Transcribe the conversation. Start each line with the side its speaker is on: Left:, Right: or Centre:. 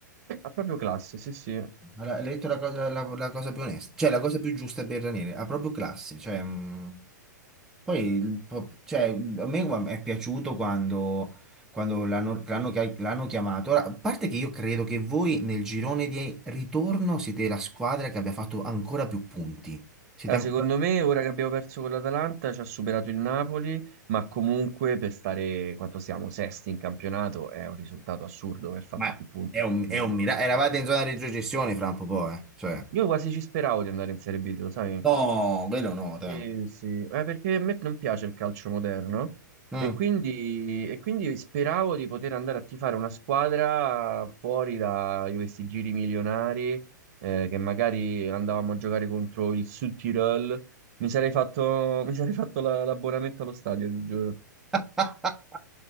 Right: ha proprio classe, sì, sì.
Centre: Hai detto la cosa, la, la cosa più onesta, cioè la cosa più giusta per Ranieri, ha proprio classe, cioè... mh. Poi, il pro- cioè, a me guarda, è piaciuto quando, quando l'hanno l'hanno chia- l'hanno chiamato. Ora, a parte che io credo che voi nel girone di ritorno siete la squadra che abbia fatto ancora più punti. Siete
Right: Ah,
Centre: ancora...
Right: secondo me, ora che abbiamo perso con l'Atalanta, ci ha superato il Napoli, ma comunque per stare quanto siamo sesti in campionato è un risultato assurdo aver fatto
Centre: Ma
Right: più punti.
Centre: è un,
Right: intorno
Centre: è un
Right: alla-
Centre: miracolo.
Right: gira di
Centre: Eravate
Right: ritorno.
Centre: in zona di retrocessione fra un po', poi, eh. Cioè...
Right: Io quasi ci speravo di andare in Serie B, lo sai?
Centre: No, quello no, dai.
Right: Sì, sì, ma perché a me non piace il calcio moderno
Centre: Mm.
Right: e quindi, e quindi speravo di poter andare a tifare una squadra fuori da questi giri milionari, eh, che magari andavamo a giocare contro il Sud Tirol. Mi sarei fatto, <laughs> mi sarei fatto la- l'abbonamento allo stadio, ti giuro.
Centre: <laughs>